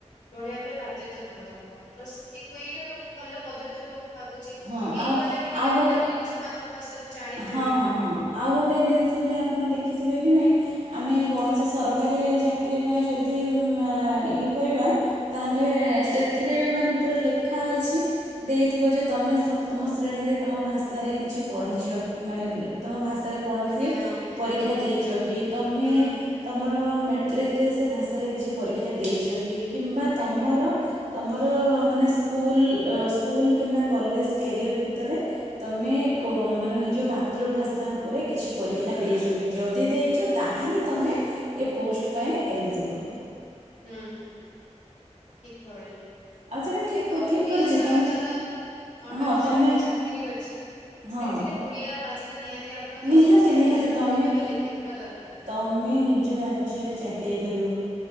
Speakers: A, on the left; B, on the right.
A: ପଢେଇବା ପାଇଁ ବାଧ୍ୟତା ମୂଳକ ତ ସେଥିପାଇଁ ଏଇଟା ଗୋଟେ ଭଲ ପଦକ୍ଷେପ ଭାବୁଛି।
B: ହଁ
A: ଏ
B: ଆଉ
A: ଦ୍ଵାରା ବି ଟିକେ
B: ଆଉ ଗୋଟେ
A: ପିଲାମାନେ ନିଜ ମାତୃଭାଷାକୁ ଜାଣିପାରିବେ
B: ହଁ ହଁ ହଁ ଆଉ ଗୋଟେ ଜିନିଷ ବି ଆପଣ ଦେଖିଥିବେ କି ନାଇଁ ଆମେ
A: ହୁଁ
B: କୌଣସି ସରକାରୀ ଚା ଚାକିର ପାଇଁ ଯଦି ମ୍ ଆ ଇଏ କରିବା ତାହେଲେ
A: ହୁଁ।
B: ସେଥି ଏଥିରେ ବି ମାନେ ପୁରା ଲେଖା ଅଛି ଦେଇଥିବ ଯେ ତମେ ସପ୍ତମ ଶ୍ରେଣୀରେ ତମ ଭାଷାରେ କିଛି ପଢିଚ ମାନେ ଲେ ତମ ଭାଷା ଭାଷା ରେ କୌଣସି
A: ଆଜ୍ଞା ହଁ
B: ପରୀକ୍ଷା
A: ହୁଁ
B: ଦେଇଚକି ତମେ
A: ହୁଁ
B: ତମର ମେଟ୍ରିକ୍ ରେ ସେ ଭାଷାରେ କିଛି ପରୀକ୍ଷା ଦେଇଚ କି କିମ୍ବା ତମର
A: ଆଜ୍ଞା ହଁ
B: ତମ ର ମାନେ ସ୍କୁଲ ସ୍କୁଲ୍ କିମ୍ବା କଲେଜ କ୍ୟାରିୟର ଭିତରେ ତମେ
A: ହୁଁ
B: କ ମାନେ ନିଜ ମା ମାତୃଭାଷା ଉପରେ କିଛି ପରୀକ୍ଷା ଦେଇଚକି ଯଦି ଦି ଦେଇଚ ତାହେଲେ ତମେ ଏ ପୋଷ୍ଟ
A: ହୁଁ
B: ପାଇଁ ଏଲିଜିବଲ୍।
A: ହୁଁ ହୁଁ ଠିକ୍। ମାନେ
B: ଆଉ ସେଇଟା ଠିକ୍
A: ଓଡିଆ
B: ଠିକ୍ କରିଛି
A: ସରକାର
B: ତମେ
A: ଅଣ୍ଡରେ
B: ହଁ
A: ଯାହାବ
B: ତମେ
A: ଚାକିରି ଅଛି
B: ହଁ
A: ସେଥିରେ ଓଡିଆ ଭାଷା ନିହାତି ଆପଣ ଦଶମ
B: ନିହାତି
A: ଶ୍ରେଣୀ
B: ନିହାତି
A: ପର୍ଯ୍ୟନ୍ତ
B: ତମେ
A: ପଢିଥିବା ଲେଖିଥିବା ଦରକାର।
B: ତମେ ନିଜ ରାଜ୍ୟରେ ଚାକିରି କରିବ।